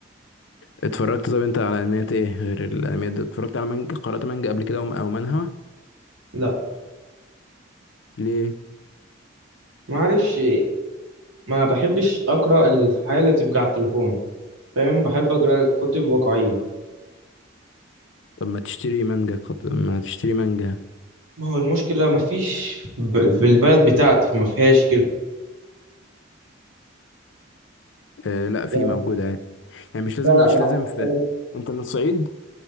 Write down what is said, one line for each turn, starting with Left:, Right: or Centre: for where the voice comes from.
Left: اتفرجت طب انت على انميات ايه غير الانميات دي اتفرجت على مانجا قرأت مانجا قبل كده او أو منهوا
Right: لا
Left: ليه
Right: معرفش ما بحبش اقرا الحاجه اللي تبقى على التليفون فاهم بحب اقرا كتب واقعيه
Left: طب ما تشتري مانجا خط... ما تشتري مانجا
Right: ما هو المشكله ما فيش ب... في البلد بتاعتي ما فيهاش كده
Left: آه لا في
Right: يعني
Left: موجودة عادي يعني مش لازم
Right: لا لا
Left: مش
Right: يعني
Left: لازم في
Right: مثلا
Left: انت من الصعيد